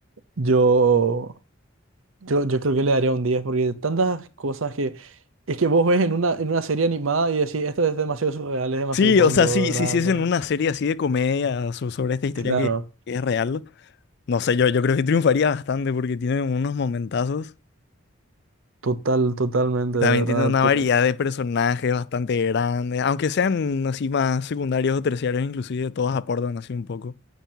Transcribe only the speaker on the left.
Sí,
o sea, si,
si hiciesen
una serie así de comedia so- sobre esta historia
que, que es real, no sé, yo, yo creo que triunfaría bastante porque tiene unos momentazos.
y También
tiene una
variedad de personajes bastante grande, aunque sean así más secundarios o terciarios, inclusive todos aportan así un poco.